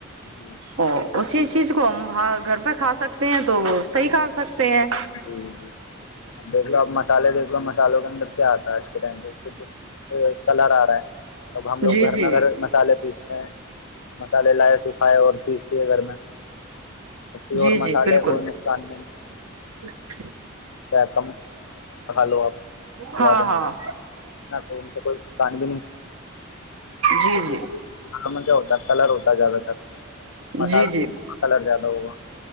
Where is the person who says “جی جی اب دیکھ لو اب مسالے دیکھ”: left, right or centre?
Left